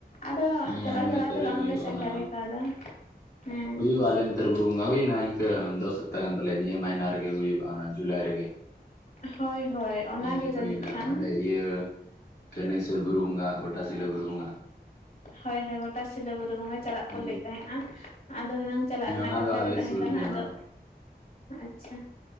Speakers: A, on the left; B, on the left.
A: ᱟᱫᱚ
B: ᱦᱮᱸ
A: ᱪᱟᱞᱟᱣ
B: ᱟᱞᱮ
A: ᱪᱟᱞᱟᱣ
B: ᱱᱚᱛᱮ
A: ᱛᱮ
B: ᱨᱮ
A: ᱵᱟᱝᱞᱮ
B: ᱦᱩᱭᱩᱜᱼᱟ
A: ᱥᱮᱱ
B: ᱚᱱᱟ
A: ᱫᱟᱲᱮ ᱠᱟᱣᱫᱟ ᱦᱩᱸ᱾
B: ᱦᱩᱭᱩᱜᱼᱟ ᱟᱞᱮ ᱱᱚᱛᱮ ᱵᱩᱨᱩ ᱵᱚᱸᱜᱟ ᱦᱩᱭᱱᱟ ᱤᱝᱠᱟᱹ ᱫᱚ ᱥᱚᱯᱛᱟᱜᱟᱱ ᱯᱟᱞᱮ ᱱᱤᱭᱟᱹ ᱢᱟᱭᱤᱱᱟ ᱨᱮᱜᱮ ᱦᱩᱭᱩᱜᱼᱟ, ᱡᱩᱞᱟᱭ ᱨᱮᱜᱮ᱾
A: ᱦᱳᱭ ᱦᱳᱭ ᱚᱱᱟᱜᱮ
B: ᱦᱮᱸ
A: ᱡᱟᱹᱱᱤᱡ
B: ᱦᱩᱭᱱᱟ
A: ᱠᱷᱟᱱ
B: ᱚᱸᱰᱮ ᱤᱭᱟᱹ ᱠᱟᱹᱱᱟᱹᱭ ᱥᱚᱞ ᱵᱩᱨᱩᱵᱚᱸᱜᱟ ᱜᱚᱴᱟᱥᱤᱞᱟᱹ ᱵᱩᱨᱩᱵᱚᱸᱜᱟ᱾
A: ᱦᱚᱭ ᱦᱚᱭ ᱜᱚᱴᱟᱥᱤᱞᱟᱹ ᱵᱩᱨᱩᱵᱚᱸᱜᱟ ᱪᱟᱞᱟᱜ ᱠᱚ
B: ᱦᱮᱸ
A: ᱞᱟᱹᱭᱮᱫ ᱛᱟᱦᱮᱸᱜᱼᱟ ᱟᱫᱚ ᱦᱩᱱᱟᱹᱝ ᱪᱟᱞᱟᱜ ᱨᱮᱱᱟᱜ
B: ᱚᱱᱟ
A: ᱠᱟᱛᱷᱟ
B: ᱫᱚ ᱟᱞᱮ
A: ᱜᱮ ᱛᱟᱦᱮᱸ
B: ᱥᱩᱨ
A: ᱠᱟᱱᱟ,
B: ᱜᱮᱭᱟ
A: ᱟᱫᱚ
B: ᱚᱱᱟ ᱫᱚ
A: ᱟᱪᱪᱷᱟ᱾